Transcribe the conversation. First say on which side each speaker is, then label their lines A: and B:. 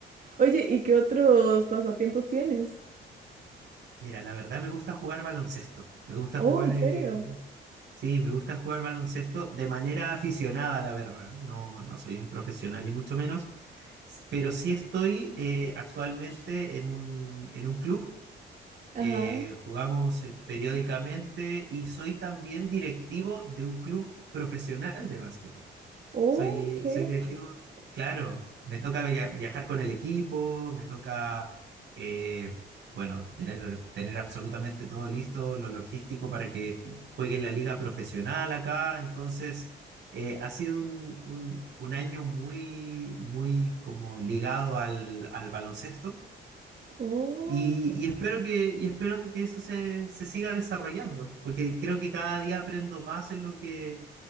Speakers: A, on the right; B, on the right.
A: Oye, ¿y qué otros pasatiempos tienes?
B: Mira, la verdad me gusta jugar baloncesto. Me gusta
A: Oh,
B: jugar,
A: ¿en
B: eh,
A: serio?
B: sí, me gusta jugar baloncesto de manera aficionada, la verdad. No, no soy un profesional ni mucho menos, s- pero sí estoy eh, actualmente en un, en un club.
A: Ajá.
B: Eh, jugamos eh, periódicamente y soy también directivo de un club profesional de básquetbol.
A: Ok,
B: Soy, soy directivo, claro, me toca via- viajar con el equipo, me toca, eh, bueno, tener, tener absolutamente todo listo, lo logístico para que juegue en la liga profesional acá. Entonces, eh, ha sido un, un- un año muy, muy como ligado al, al baloncesto
A: oh,
B: y,
A: ok.
B: y espero que, y espero que eso se, se siga desarrollando, porque creo que cada día aprendo más en lo que,